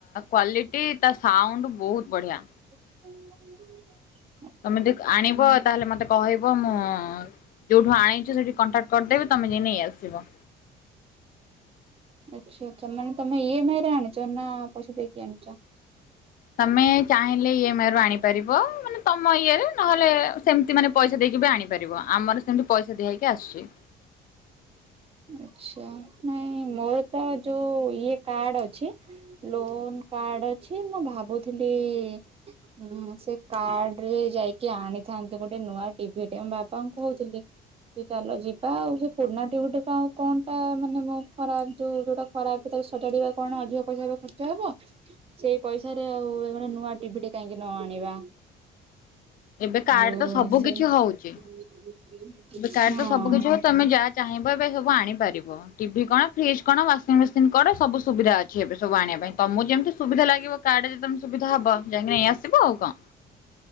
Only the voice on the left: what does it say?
କ୍ଵାଲିଟି ତା ସାଉଣ୍ଡ ବହୁତ ବଢ଼ିଆ
ତମେ ଯଦି ଆଣିବ ତାହେଲେ ମତେ କହିବ ମୁଁ ଯୋଉଠୁ ଆଣିଛୁ ସେଇଠି କଣ୍ଟାକ୍ଟ କରିଦେବି ତମେ ଯାଇକି ନେଇ ଆସିବ
ତମେ ଚାହିଁଲେ ଇଏମ ଆଇ ରୁ ଆଣିପାରିବ ମାନେ ତମ ଇଏ ରେ ନହେଲେ ସେମିତି ମାନେ ପଇସା ଦେଇକି ବି ଆଣିପାରିବ ଆମର ସେମିତି ପଇସା ଦିଆ ହେଇକି ଆସିଛି
ଏବେ କାର୍ଡ
ତ ସବୁ
କିଛି ହଉଛି।
ଏବେ କାର୍ଡ ତ ସବୁ କିଛି ହଉ ତମେ ଯାହା ଚାହିଁବ ଏବେ ସବୁ ଆଣିପାରିବ ଟିଭି କଣ ଫ୍ରିଜ୍ କଣ ୱାସିଂ ମେସିନ କଣ ସବୁ ସୁବିଧା ଅଛି ଏବେ ସବୁ ଆଣିବା ପାଇଁ ତମକୁ ଯେମିତି ସୁବିଧା ଲାଗିବ କାର୍ଡରେ ତମକୁ ସୁବିଧା ହବ ଯାଇକି ନେଇ ଆସିବ ଆଉ କଣ